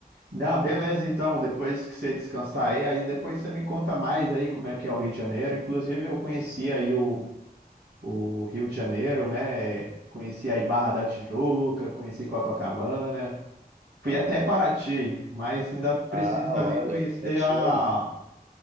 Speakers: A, on the right (about 80°); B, on the right (about 45°).
A: Não, beleza, então, depois que você descansar aí, aí depois você me conta mais aí como é que é o Rio de Janeiro. Inclusive, eu conheci aí o o Rio de Janeiro, né? Conheci aí Barra da Tijuca, conheci Copacabana, fui
B: Ah,
A: até
B: legal.
A: Paraty, mas ainda preciso
B: Ah,
A: ali
B: olha,
A: conhecer
B: Paraty
A: a,
B: é lindo.